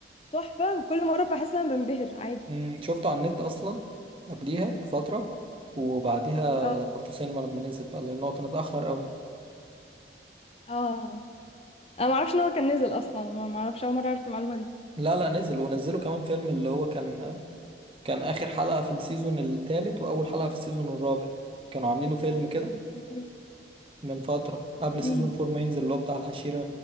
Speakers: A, on the left; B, on the right.
A: تحفة وكل مرة بحس ان انا بنبهر عادي
B: امم شفته على النت اصلا قبليها بفترة وبعديها
A: اه
B: دخلته سينما لما نزل بقى لان هو كان اتأخر قوي
A: اه انا ما اعرفش ان هو كان نزل اصلا ما ما اعرفش اول مرة اعرف المعلومة دي
B: لا لا نزل ونزلوا كمان فيلم اللي هو كان كان آخر حلقة في السيزون الثالث وأول حلقة في السيزون الرابع كانوا عاملينه فيلم كده
A: اوكي
B: من فترة قبل
A: امم
B: سيزون فور ما ينزل اللي هو بتاع الحشيرة